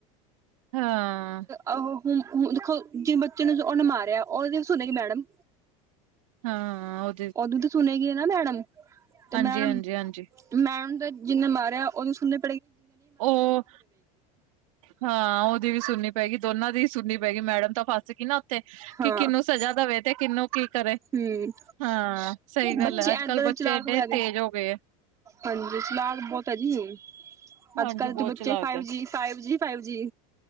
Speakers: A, on the right (about 75°); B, on the right (about 20°).
A: ਹਾਂ
B: ਆਹੋ ਹੁਣ-ਹੁਣ ਦੇਖੋ ਜਿਨ ਬੱਚੇ ਨੂੰ ਉਨੇ ਮਾਰਿਆ ਉਦੀ ਵੀ ਸੁਣੇਗੀ ਮੈਡਮ
A: ਹਾਂ।
B: ਓਦੀ ਤੇ ਸੁਣੇਗੀ ਨਾ ਮੈਡਮ ਤੇ ਮੈਡਮ
A: ਹਾਂਜੀ-ਹਾਂਜੀ, ਹਾਂਜੀ ਹਾਂਜੀ,
B: ਮੈਡਮ ਦਾ ਜਿਨੇ ਮਾਰਿਆ ਉਨੂੰ ਸੁਣੇ
A: ਓ, ਹਾਂ ਉਦੀ ਵੀ ਸੁਣਨੀ ਪਏਗੀ ਦੋਨਾਂ ਦੀ ਸੁਣਨੀ ਪਏਗੀ ਮੈਡਮ ਤਾਂ ਫਸ ਗਈ ਨਾ ਉੱਥੇ
B: ਹਾਂ
A: ਕਿ ਕਿਨੂੰ ਸਜ਼ਾ ਦੇਵੇ ਤੇ ਕਿਨੂੰ ਕੀ ਕਰੇ
B: ਹਮ
A: ਹਾਂ, ਸਈ ਗੱਲ
B: ਬੱਚੇ
A: ਐ।
B: ਏਦਾਂ
A: ਅੱਜ-ਕੱਲ
B: ਦੇ
A: ਬੱਚੇ
B: ਚਲਾਕ
A: ਏਡੇ
B: ਹੋਇਆ
A: ਤੇਜ਼ ਹੋ ਗਏ ਐ।
B: ਹਾਂਜੀ, ਲਾਡ ਬੌ ਤਰੀਏ ਅੱਜ-ਕੱਲ
A: ਹਾਂਜੀ ਬਹੁਤ
B: ਦੇ ਬੱਚੇ।
A: ਚਲਾਕ
B: ਫਾਈਵ
A: ਹੈ
B: ਜੀ, five G, five G